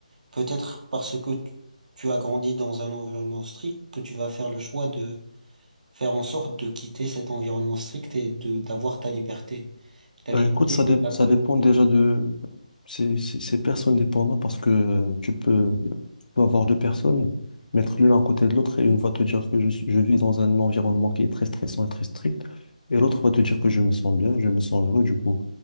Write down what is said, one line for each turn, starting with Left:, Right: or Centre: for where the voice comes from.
Right: Peut-être parce que tu tu as grandi dans un environnement strict que tu vas faire le choix de faire en sorte de quitter cet environnement strict et de d'avoir ta liberté. La
Left: Bah,
Right: liberté
Left: écoute, ça,
Right: que
Left: dé-
Right: t'as
Left: ça
Right: pas
Left: dépend
Right: eue pendant.
Left: déjà de... C'est c'est- c'est personne dépendant parce que euh, tu peux, tu peux avoir deux personnes, mettre l'une à côté de l'autre et une va te dire que je, suis- je vis dans un environnement qui est très stressant et très strict et l'autre va te dire que je me sens bien, je me sens heureux. Du coup,